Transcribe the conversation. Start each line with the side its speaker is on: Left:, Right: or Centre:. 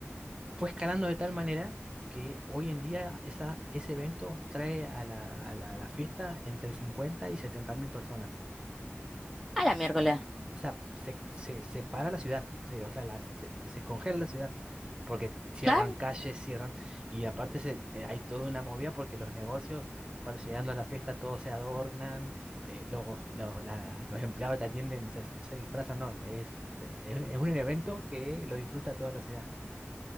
Right: fue escalando de tal manera que hoy en día esa, ese evento trae a la, a la- a la fiesta entre 50 y 70 mil personas.
Centre: A la miércoles.
Right: O sea, o sea, se, se, se para la ciudad, se, o sea, la- se, se congela la ciudad, porque cierran
Centre: Claro.
Right: calles, cierran, y aparte se, eh, hay toda una movida porque los negocios, cuando llegando a la fiesta, todos se adornan, eh, los, los, la- los empleados que te atienden, se, se disfrazan, no, es, eh, es un evento que lo disfruta toda la ciudad.